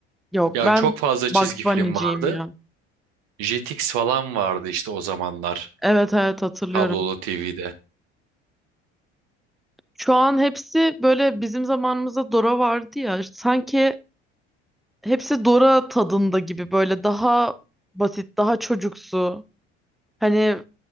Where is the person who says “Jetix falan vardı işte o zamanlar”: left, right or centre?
Right